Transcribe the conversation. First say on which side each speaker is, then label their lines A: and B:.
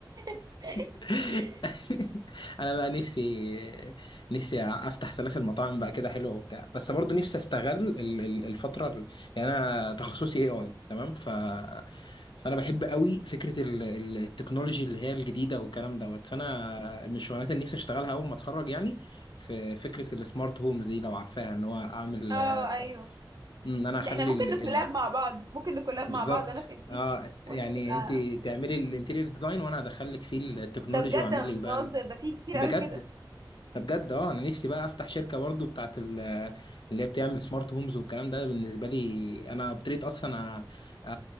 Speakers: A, on the right; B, on the left.
A: <laughs>
B: <laughs> انا بقى نفسي نفسي افتح سلاسل مطاعم بقى كده حلوه وبتاع بس برضو نفسي استغل ال- ال- الفتره ال- يعني انا تخصصي اي اي تمام ف فانا بحب قوي فكره ال- ال- التكنولوجي اللي هي الجديده والكلام دوت فانا من الشغلانات اللي نفسي اشتغلها اول ما اتخرج يعني في فكره السمارت هومز دي لو عارفاها ان هو اعمل
A: اه
B: آه،
A: ايوه
B: ان انا اخلي
A: ده احنا ممكن
B: ال...
A: نكولاب
B: ال...
A: مع بعض ممكن نكولاب
B: بالظبط
A: مع بعض انا في انتيكر
B: اه
A: وانت
B: يعني
A: تبقى-
B: انت تعملي الانتيريور ديزاين وانا هدخلك فيه التكنولوجي
A: ده بجد
B: واعمل
A: انا
B: لك
A: مش بهزر
B: بقى
A: ده في كتير
B: بجد
A: قوي كده
B: بجد اه انا نفسي بقى افتح شركه برضو بتاعت ال- اللي هي بتعمل سمارت هومز والكلام ده بالنسبه لي انا ابتديت اصلا أ- أ-